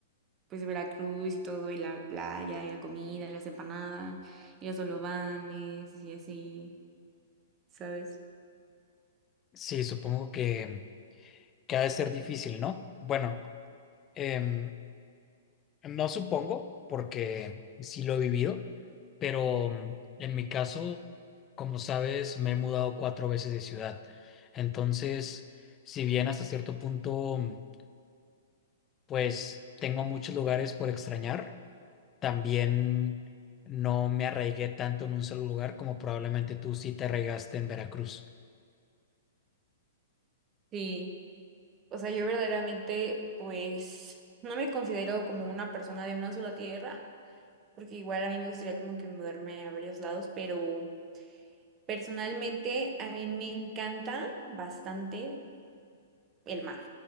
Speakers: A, on the right; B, on the left.
A: pues Veracruz y todo, y la playa, y la comida, y las empanadas, y los solobanes, y así, ¿sabes?
B: Sí, supongo que, que ha de ser difícil, ¿no? Bueno, em, No supongo, porque sí lo he vivido, pero mm, en mi caso, como sabes, me he mudado cuatro veces de ciudad. Entonces, si bien hasta cierto punto, mm, pues tengo muchos lugares por extrañar, también no me arraigué tanto en un solo lugar como probablemente tú sí te arraigaste en Veracruz.
A: Sí, o sea, yo verdaderamente, pues, no me considero como una persona de una sola tierra, porque igual a mí me gustaría como que mudarme a varios lados, pero personalmente a mí me encanta bastante el mar.